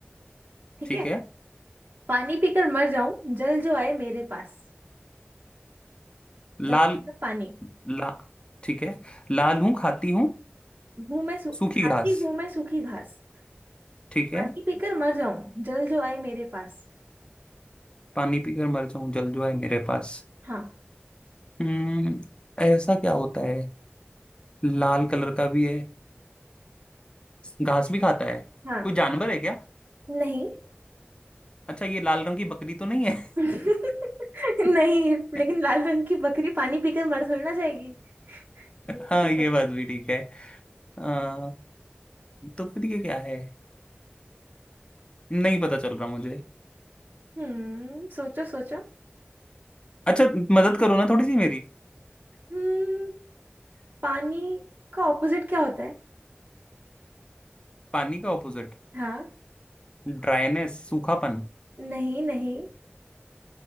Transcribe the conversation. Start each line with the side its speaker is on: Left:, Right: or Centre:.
Right: ठीक
Left: ठीक
Right: है
Left: है
Right: पानी पीकर मर जाऊं जल जो आए मेरे पास जल
Left: लाल
Right: मतलब पानी
Left: ला ठीक है लाल हूं खाती हूँ
Right: हूँ मैं सू-
Left: सूखी
Right: खाती
Left: घास
Right: हूँ मैं सूखी घास
Left: ठीक है
Right: पानी पीकर मर जाऊं जल जो आए मेरे पास
Left: पानी पीकर मर जाऊं जल जो है मेरे पास
Right: हाँ
Left: हम्म ऐसा क्या होता है लाल कलर का भी है घास भी खाता है
Right: हाँ
Left: कोई जानवर है क्या
Right: नहीं
Left: अच्छा ये लाल रंग की बकरी तो नहीं है
Right: <laughs> नहीं
Left: <laughs>
Right: लेकिन लाल रंग की बकरी पानी पीकर मर थोड़ी ना जाएगी ये
Left: हाँ
Right: भी तो सोचो
Left: ये बात भी ठीक है आ, तो फिर ये क्या है नहीं पता चल रहा मुझे
Right: हम्म सोचो सोचो
Left: अच्छा मदद करो ना थोड़ी सी मेरी
Right: हम्म, पानी का ऑपोजिट क्या होता है
Left: पानी का ऑपोजिट
Right: हाँ
Left: ड्राइनेस सूखापन
Right: नहीं नहीं